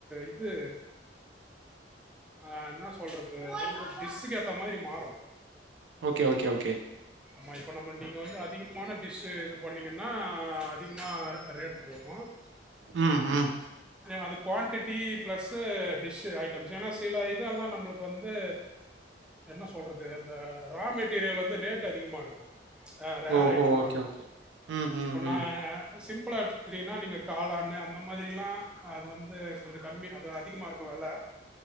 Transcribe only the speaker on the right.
ஓகே ஓகே ஓகே
ம் ம்
ஓஹோ!
ஓகே,
ஓகே. ம், ம்,
ம்.